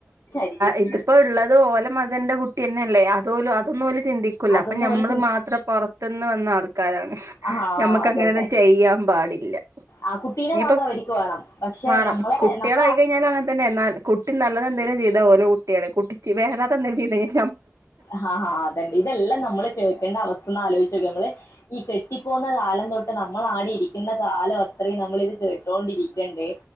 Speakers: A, on the left; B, on the right.
A: ശരീരത്തിന്
B: ഇതിപ്പോ ഉള്ളത് ഓലെ മ ന്റെറെ കുട്ടി തന്നെ അല്ലേ അതോലും അതൊന്നും പോലും ചിന്തിക്കൂ
A: അതൊന്നും
B: അപ്പ നമ്മള്
A: ഓല് ചിന്തി
B: മാത്രം പുറത്തു നിന്ന് വന്ന ആൾക്ക് കാരാണ്
A: ആഹാ
B: നമ്മക്ക്
A: അതന്നെ.
B: അങ്ങനെന്ന ചെയ്യാൻ പാടില്ല
A: ആ കുട്ടീനെ
B: ഇനിയിപ്പ
A: മാത്രം അവര്ക്ക് വേണം. പക്ഷെ
B: വേണം
A: നമ്മളെ
B: കുട്ടികളായി
A: നമ്മളെ
B: കഴിഞ്ഞാൽ അങ്ങനെ തന്നെ കുട്ടി നല്ലത് എന്തങ്കിലും ചെയ്തത്ഓലോ കുട്ടിയാണ് കുി വേണ അ എന്തെലും ചെയ്ത കഴിാൽ
A: ആഹ ഹാ അതണ്ട് ഇതെല്ലാം നമ്മള് കേൾക്കേണ്ട അവസ്ഥന്ന് ആലോചിച്ച നക്ക നമ്മള് ഈ കെട്ടി പോകുന്ന കാലം തൊട്ട് നമ്മള ആടി ഇരിക്കുന്ന കാലം അത്രയും നമ്മൾിത് കേട്ടോണ്ടിരിക്കണ്ടേ